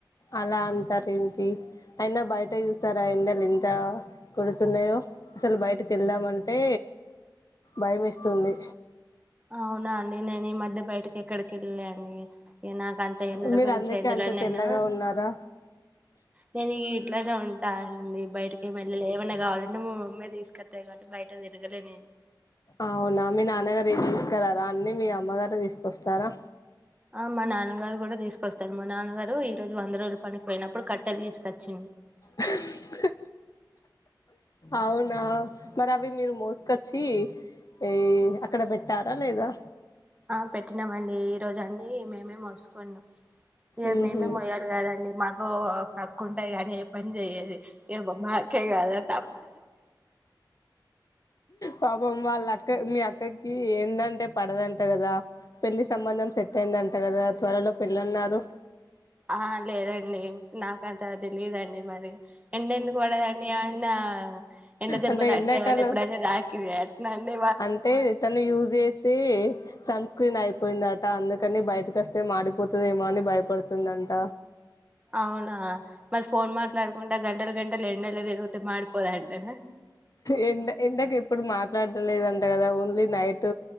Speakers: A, on the left; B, on the right.
A: అలా అంటారు ఏంటి అయినా బయట చూస్తారా ఎండలు ఎంత కొడుతున్నాయో అసలు బయటకి వెళ్దామంటే భయం వేస్తుంది
B: అవునా అండి నేను ఈ మధ్య బయటకి ఎక్కడికి వెళ్లలే అండి ఇక నాకు అంత ఎండల
A: మీరు
B: గురించి
A: అందకే
B: ఏం తెలవదు
A: అంత
B: నేను
A: తెల్లగా ఉన్నారా
B: నేను ఇట్లనే ఉం అండి బయటికి వెళ్ళలే ఏమన్నా కావాలంటే మా మమ్మీ తీసుకొస్తది కాబట్టి బయట తిరగలే నేను
A: అవునా మీ నాన్నగారు ఏమి తీసుకురారా అన్ని మీ అమ్మగారు తీసుకొస్తారా
B: ఆ మా నాన్నగారు కూడా తీసుకొస్తారు మా నాన్నగారు ఈ రోజు వంద రోజులు పనికిపోయినప్పుడు కట్టెలు తీసుకొచ్చి
A: అహహ అవునా మరి అవి మీరు మోసుకొ చ్చి ఈ అక్కడ పెట్టారా లేదా
B: ఆ పెట్టినామండి ఈ రోజు అన్ని మేమే మోసుకోన్నాం ఇక
A: మ్మ్
B: మేమే
A: హ్మ్
B: మోయాలి కదా అండి మాకు ఓ అక్కా ఉంటది కానీ ఏ పని చెయ్యాదు ఏ బా మ్మా అక్కా ఆ
A: పాపమ్ వాళ్ళ అక్క మీ అక్కకి ఏంటంటే పడదంట కదా పెళ్లి సంబంధం సెట్ అయిందింట కదా త్వరలో పెళ్ళన్నారు
B: ఆ లేదండి నాకంత తెలిదండి మరి ఎండ ఎందుకు పడదండి ఏమన్నా ఎండ దెబ్బలు
A: అంటే
B: అండి
A: ఎండాకాలం
B: ఏమన్నా ఎప్పుడైతే తాకి ఎట్నండి
A: అంటే తను యూజ్ చేసి సన్ స్క్రీన్ అయిపోయిందట అందుకని బయటకి వస్తే మాడిపోతుందేమో అని భయపడుతుందంట
B: అవునా మరీ ఫోన్ మాట్లాడుకుంటా గంటలు గంటలు ఎండలలో తిరుగుతే మాడిపోదంటనా
A: ఎండ ఎండకి ఎప్పుడు మాట్లాడం లేదంట కదా ఓన్లీ నైట్